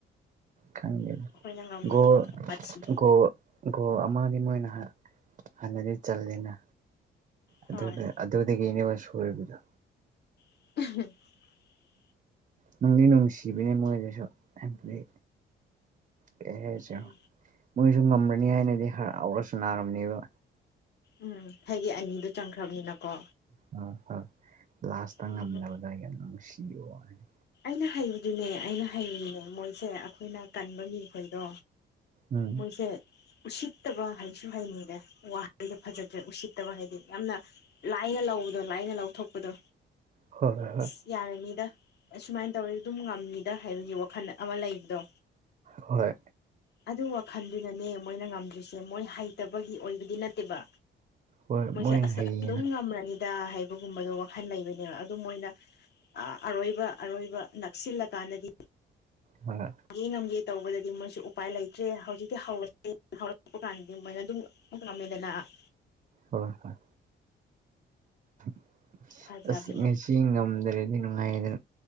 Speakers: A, on the right (about 40°); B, on the left (about 55°).
A: ꯈꯪꯗꯦꯅꯤ
B: ꯑꯩꯈꯣꯏꯅ ꯉꯝꯕꯒꯤꯅꯦ
A: ꯒꯣꯜ
B: ꯋꯥꯊꯤ
A: ꯒꯣ ꯒꯣꯜ ꯑꯃꯥꯗꯤ ꯃꯣꯏꯅ ꯍꯥ ꯍꯟꯅꯗꯤ ꯆꯜꯂꯦꯅ
B: ꯍꯣꯏ
A: ꯑꯗꯨꯗ ꯑꯗꯨꯗꯒꯤꯅꯦꯕ ꯁꯣꯏꯕꯗꯣ
B: <unintelligible>
A: ꯅꯨꯡꯗꯤ ꯅꯨꯡꯁꯤꯕꯅꯦ ꯃꯣꯏꯅꯁꯨ ꯍꯥꯏꯕꯗꯤ ꯀꯩꯍꯥꯏꯁꯤꯔꯣ
B: ꯎꯝ
A: ꯃꯣꯏꯁꯨ ꯉꯝꯃꯅꯤ ꯍꯥꯏꯅꯗꯤ ꯍꯔꯥꯎꯔ ꯁꯅꯥꯔꯝꯅꯤꯕ
B: ꯎꯝ ꯍꯥꯏꯗꯤ ꯑꯅꯤꯗꯣ ꯆꯪꯈ꯭ꯔꯕꯅꯤꯅꯀꯣ
A: ꯑꯥ ꯍꯣꯏ ꯂꯥꯁꯇ
B: ꯑꯗꯨꯕꯨ
A: ꯉꯝꯗꯕꯗꯣ ꯑꯦ ꯌꯥꯝ ꯅꯨꯡꯁꯤꯋꯥꯅꯤ
B: ꯑꯩꯅ ꯍꯩꯕꯗꯨꯅꯦ ꯑꯩꯅ ꯍꯩꯔꯨꯔꯤꯅꯦ ꯃꯣꯏꯁꯦ ꯑꯩꯈꯣꯏꯅ ꯀꯟꯕ ꯃꯤꯈꯣꯏꯗꯣ
A: ꯎꯝ
B: ꯃꯣꯏꯁꯦ ꯎꯁꯤꯠꯇꯕ ꯍꯥꯏꯁꯨ ꯍꯥꯏꯅꯤꯡꯗꯦ ꯋꯥꯍꯩꯗ ꯐꯖꯗ꯭ꯔꯦ ꯎꯁꯤꯠꯇꯕ ꯍꯥꯏꯗꯤ ꯌꯥꯝꯅ ꯂꯥꯏꯅ ꯂꯧ ꯇꯨꯗꯣ ꯂꯥꯏꯅ ꯂꯧꯊꯣꯛꯄꯗꯣ
A: ꯍꯣꯏ ꯍꯣꯏ
B: ꯑꯁ ꯌꯥꯔꯅꯤꯗ ꯑꯁꯨꯃꯥꯏꯟ ꯇꯧꯔꯗꯤ ꯑꯗꯨꯝ ꯉꯝꯅꯤꯗ ꯍꯥꯏꯕꯒꯤ ꯋꯥꯈꯜ ꯑꯃ ꯂꯩꯕꯗꯣ
A: ꯍꯣꯏ
B: ꯑꯗꯨ ꯋꯥꯈꯜꯗꯨꯅꯅꯦ ꯃꯣꯏꯅ ꯉꯝꯗ꯭ꯔꯤ ꯁꯦ ꯃꯣꯏ ꯍꯩꯇꯕꯒꯤ ꯑꯣꯏꯕꯗꯤ ꯅꯠꯇꯦꯕ
A: ꯍꯣꯏ
B: ꯃꯣꯏꯁꯦ
A: ꯃꯣꯏꯅ
B: ꯑꯁ
A: ꯍꯩꯌꯦꯅ
B: ꯑꯗꯨꯝ ꯉꯝꯔꯅꯤ ꯗꯥ ꯍꯥꯏꯕꯒꯨꯝꯕꯗꯣ ꯋꯥꯈꯜ ꯂꯩꯕꯅꯦꯕ ꯑꯗꯨ ꯃꯣꯏꯅ ꯑꯥ ꯑꯔꯣꯏꯕ ꯑꯔꯣꯏꯕ ꯅꯛꯁꯤꯜꯂꯀꯥꯟꯗꯗꯤ
A: ꯍꯣꯏ
B: <unintelligible> ꯇꯧꯕꯗꯗꯤ ꯃꯣꯏꯁꯨ ꯎꯄꯥꯏ ꯂꯩꯇ꯭ꯔꯦ ꯍꯧꯖꯤꯛꯇꯤ ꯍꯧꯔꯁꯦ ꯍꯧꯔꯛꯄ ꯀꯥꯟꯗꯗꯤ ꯃꯣꯏꯅ ꯑꯗꯨꯝ ꯉꯝꯃꯦꯗꯅ <inaudible>
A: ꯍꯣꯏ ꯍꯣꯏ <inaudible>
B: ꯐꯖꯕꯅꯦ
A: ꯑꯁ ꯉꯁꯤ ꯉꯝꯗ꯭ꯔꯦꯗꯤ ꯅꯨꯡꯉꯥꯏꯗ